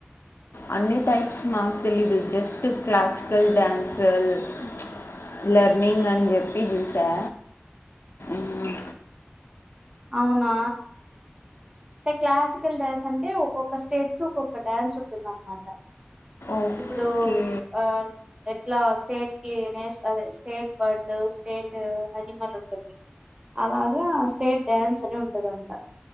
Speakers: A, on the left; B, on the right.
A: అన్ని టైప్స్ మాకు తెలీదు జస్ట్ క్లాసికల్ డ్యాన్స్ ప్చ్ లెర్నింగ్ అని చెప్పి చూసా మ్మ్
B: అవునా టే క్లాసికల్ డ్యాన్స్ అంటే ఒక్కొ ఒక్క స్టేట్ కి ఒక్కొక్క డ్యాన్స్ ఉంటుందన్న మాట
A: ఓకే
B: ఇప్పుడు ఆ ఎట్లా స్టేట్ కి నేష్ అదే స్టేట్ బర్డు, స్టేట్ అనిమల్ ఉంటుంది అలాగా డాన్స్ అని ఉంటదంట